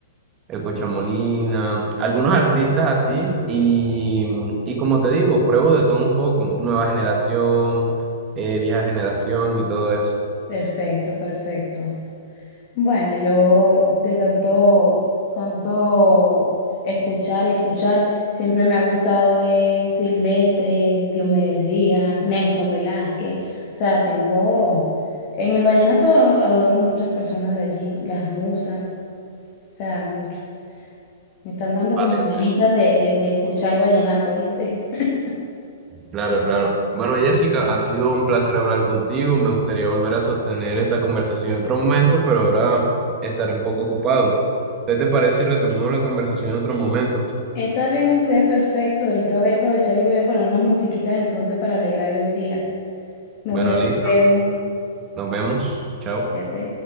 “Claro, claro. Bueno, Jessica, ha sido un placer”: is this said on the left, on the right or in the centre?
Right